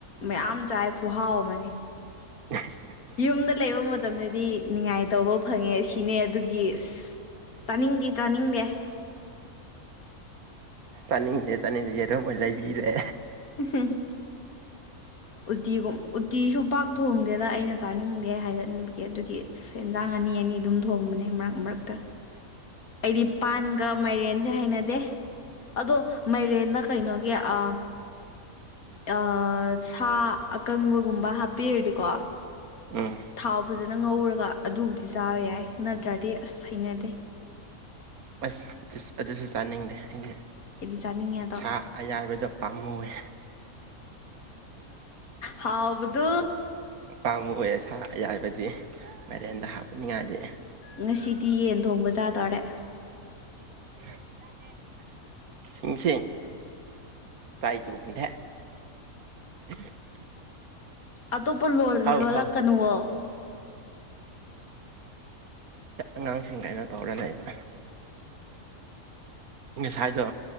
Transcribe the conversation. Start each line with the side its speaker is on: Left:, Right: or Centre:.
Left: ꯃꯌꯥꯝ ꯆꯥꯏ ꯈꯨꯍꯥꯎ ꯑꯃꯅꯤ
Right: <inaudible>
Left: ꯌꯨꯝꯗ ꯂꯩꯕ ꯃꯇꯝꯗꯗꯤ ꯅꯨꯡꯉꯥꯏꯇꯧꯕ ꯐꯪꯉꯦ ꯁꯤꯅꯦ ꯑꯗꯨꯒꯤ ꯑ ꯇꯅꯤꯡꯗꯦ ꯇꯅꯤꯡꯗꯦ
Right: ꯆꯥꯅꯤꯡꯗꯦ ꯆꯥꯅꯤꯡꯗꯁꯦ ꯌꯦꯗꯣꯝ ꯑꯣꯏꯅꯥ ꯂꯩꯕꯤꯔꯦ
Left: <unintelligible> ꯎꯇꯤꯒꯨꯝ ꯎꯇꯤꯁꯨ ꯄꯥꯛ ꯊꯣꯡꯗꯦꯗ ꯑꯩꯅ ꯆꯥꯅꯤꯡꯗꯦ ꯍꯥꯏꯔꯅꯤꯡꯕꯒꯤ ꯑꯗꯨꯒꯤ ꯁꯦꯟꯖꯥꯡ ꯑꯅꯤ ꯑꯅꯤ ꯑꯗꯨꯝ ꯊꯣꯡꯕꯅꯦ ꯃꯔꯛ ꯃꯔꯛꯇ ꯑꯩꯗꯤ ꯄꯥꯟꯒ ꯃꯥꯏꯔꯦꯟꯁꯦ ꯍꯩꯅꯗꯦ ꯑꯗꯣ ꯃꯥꯏꯔꯦꯟꯗ ꯀꯩꯅꯣꯒꯤ ꯑ ꯑꯥ ꯁꯥ ꯑꯀꯪꯕꯒꯨꯝꯕ ꯍꯥꯞꯄꯤꯔꯗꯤꯀꯣ
Right: ꯎꯝ
Left: ꯊꯥꯎ ꯐꯖꯅ ꯉꯧꯔꯒ ꯑꯗꯨꯕꯨꯗꯤ ꯆꯥꯕ ꯌꯥꯏ ꯅꯠꯇ꯭ꯔꯗꯤ ꯑꯁ ꯍꯩꯅꯗꯦ
Right: ꯑꯁ ꯑꯗꯨ ꯑꯗꯨꯁꯨ ꯆꯥꯅꯤꯡꯗꯦ ꯑꯩꯗꯤ
Left: ꯑꯩꯗꯤ ꯆꯥꯅꯤꯡꯉꯦꯗꯣ
Right: ꯁꯥ ꯑꯌꯥꯏꯕꯗꯣ ꯄꯥꯝꯃꯨꯏ
Left: ꯍꯥꯎꯕꯗꯣ
Right: ꯑꯄꯥꯝꯕ ꯑꯣꯏꯌꯦ ꯁꯥ ꯑꯌꯥꯏꯕꯗꯤ ꯃꯥꯏꯔꯦꯟꯗ ꯍꯥꯞꯄꯅꯤꯡꯉꯥꯏꯗꯤ
Left: ꯉꯁꯤꯗꯤ ꯌꯦꯟ ꯊꯣꯡꯕꯖꯥꯗꯔꯦ
Right: <inaudible> ꯁꯤꯡꯁꯤ ꯇꯥꯏ ꯇꯨꯕꯗꯦ <inaudible>
Left: ꯑꯗꯨꯕꯨ ꯂꯣꯜ
Right: ꯍꯧ
Left: ꯂꯣꯜꯂꯛꯀꯅꯨꯋꫭ
Right: ꯍꯧ ꯑꯉꯥꯡꯁꯤꯡ ꯀꯩꯅꯣ ꯇꯧꯔꯅꯦꯕ ꯉꯁꯥꯏꯗꯣ